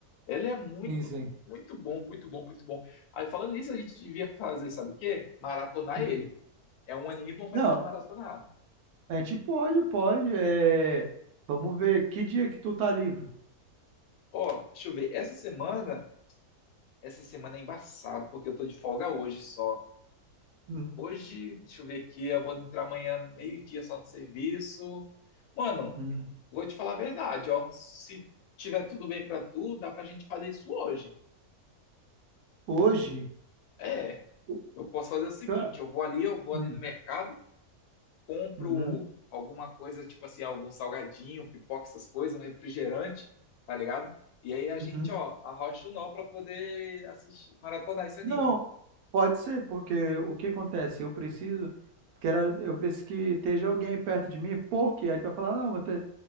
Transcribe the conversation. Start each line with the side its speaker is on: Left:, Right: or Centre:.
Left: Ele é muito,
Right: Sim, sim.
Left: muito bom, muito bom, muito bom. Aí, falando nisso, a gente devia fazer, sabe o quê? Maratonar
Right: Uhum.
Left: ele. É um anime bom pra
Right: Não,
Left: gente maratonar.
Right: a gente pode, pode. é, Vamos ver que dia que tu tá livre.
Left: Ó, deixa eu ver. Essa semana, essa semana é embaçado, porque eu tô de folga hoje só.
Right: Uhum,
Left: Hoje, deixa eu ver aqui, eu vou entrar amanhã meio-dia só no serviço. Mano,
Right: uhum.
Left: vou te falar a verdade, ó. Se tiver tudo bem pra tu, dá pra gente fazer isso hoje.
Right: Hoje.
Left: É,
Right: o-
Left: eu posso fazer o seguinte,
Right: Ca-
Left: eu vou ali, eu vou
Right: hum.
Left: ali no mercado, compro
Right: Uhum,
Left: alguma coisa, tipo assim, algum salgadinho, pipoca, essas coisas, um refrigerante, tá ligado? E aí a gente,
Right: uhum.
Left: ó, arrocha o nó pra poder assistir, maratonar esse anime.
Right: Não, pode ser, porque o que acontece? Eu preciso, quero, eu preciso que esteja alguém perto de mim, porque aí tu vai falar, "Ah, não, mas te-